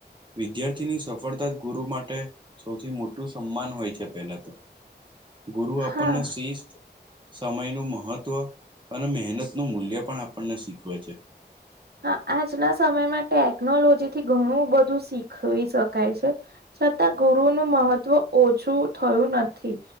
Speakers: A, on the right; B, on the right.
A: વિદ્યાર્થીની સફ ડતા જ ગુરુ માટે સૌથી મોટું સન્માન હોય છે પેલા તો ગુરુ આપણને
B: હા
A: શિસ્ત સમયનું મહત્વ અને મહેનતનું મૂલ્ય પણ આપણને શીખવે છે.
B: હા આજના સમયમાં ટેકનોલોજીથી ઘણું બધું શીખવી શકાય છે. છતાં ગુરુનું મહત્વ ઓછું થયું નથી.